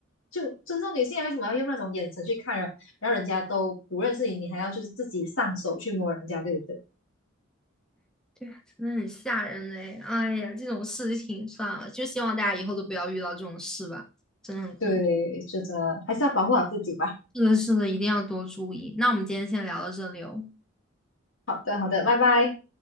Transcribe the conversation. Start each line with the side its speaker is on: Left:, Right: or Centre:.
Left: 就尊重女性啊，为什么要用那种眼神去看人？然后人家都不认识你，你还要就是自己上手去摸人家，对不对？
Centre: 对啊，真的很吓人嘞！哎呀，这种事情算了，就希望大家以后都不要遇到这种事吧，真的很恐怖。
Left: 对，就觉得还是要保护好自己吧。
Centre: 是的，是的，一定要多注意。那我们今天先聊到这里哦。
Left: 好的，好的，拜拜。